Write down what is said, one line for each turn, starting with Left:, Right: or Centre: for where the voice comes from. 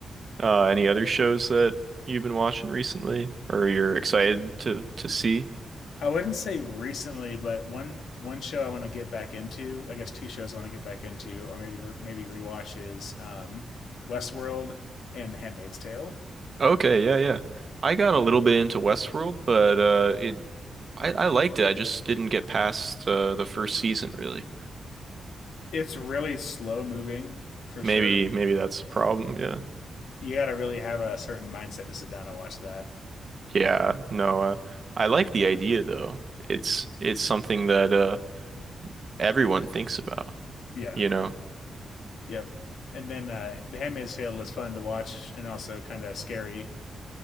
Right: Uh, any other shows that you've been watching recently or you're excited to to see?
Left: i wouldn't say recently but one one show i want to get back into i guess two shows i want to get back into or maybe maybe rewatch is um, westworld and the handmaid's tale
Right: Okay, yeah, yeah. I got a little bit into Westworld, but uh it I, I liked it. I just didn't get past uh, the first season really.
Left: it's really slow moving for
Right: Maybe
Left: sure
Right: maybe that's the problem, yeah.
Left: you gotta really have a certain mindset to sit down and watch that
Right: Yeah, no, uh, I like the idea though. It's it's something that uh everyone thinks about,
Left: Yeah.
Right: you know.
Left: Yep. And then uh, The Handmaid's Tale is fun to watch and also kind of scary